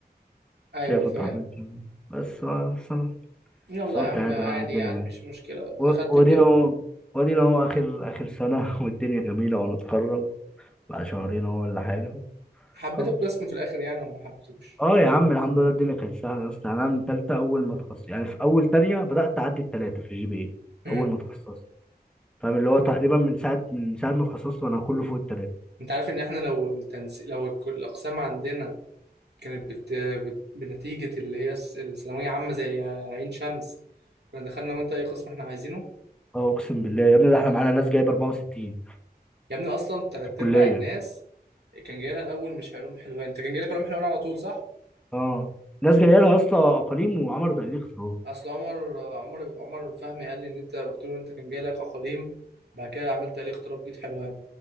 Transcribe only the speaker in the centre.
شايف
كنت حاطط كيمياء بس بقى بس
بس قلت
عادي
بقى الدنيا
و-
ودينا
اهو ودينا اهو اخر اخر سنة <laughs> والدنيا جميلة وانا اتخرج بقى شهرين اهو ولا حاجة
خلاص
اه يا عم الحمد لله الدنيا كانت سهلة يا اسطى يعني انا من تالتة اول ما اتخصصت يعني في اول تانية بدأت اعدي التلاتة في الجي بي اي
اول ما اتخصصت فاهم اللي هو تقريبا من ساعة من ساعة ما اتخصصت وانا كله فوق التلاتة
اه اقسم بالله يا ابني ده احنا معانا ناس جايبة 64
في الكلية
اه ناس جايه لها يا اسطى اقاليم وعملوا تقليل اختراع